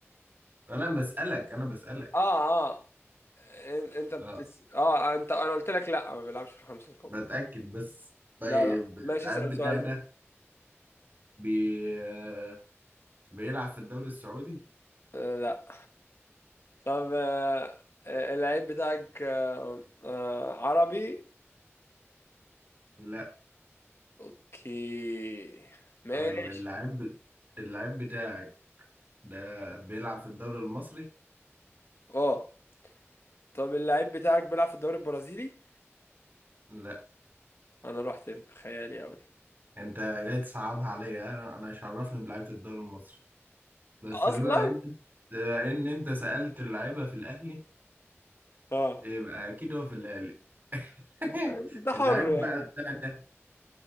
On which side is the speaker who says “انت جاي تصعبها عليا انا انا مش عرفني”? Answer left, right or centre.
Right